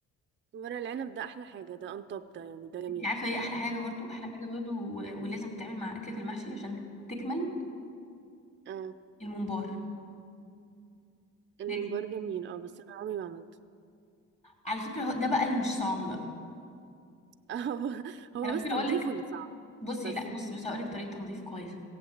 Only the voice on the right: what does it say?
ورق العنب ده احلى حاجه ده انطب ده يعني ده جميل
اه
الممبار
جميل اه بس انا عمري ما عملته
مم.
<laughs> هو هو
بس تنظيفه
اللي صعب
بس